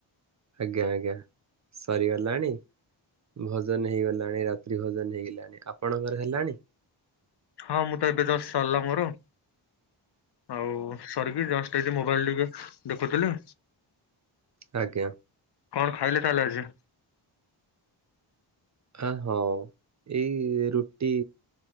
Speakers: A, on the right; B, on the left.
A: ଆଜ୍ଞା ଆଜ୍ଞା। ସରିଗଲାଣି। ଭଜନ ହେଇଗଲାଣି ରାତ୍ରି ଭଜନ ହେଇଗଲାଣି। ଆପଣଙ୍କର ହେଲାଣି?
B: ହଁ ମୁଁ ତ ଏବେ ଜଷ୍ଟ ସରିଲା ମୋର। ଆଉ ସରିକି ଜଷ୍ଟ ଏବେ ମୋବାଇଲ ଟିକେ ଦେଖୁଥିଲି।
A: ଆଜ୍ଞା।
B: କଣ ଖାଇଲେ ତାହେଲେ ଆଜି?
A: ଆ ହଁ ଏଇ ରୁଟି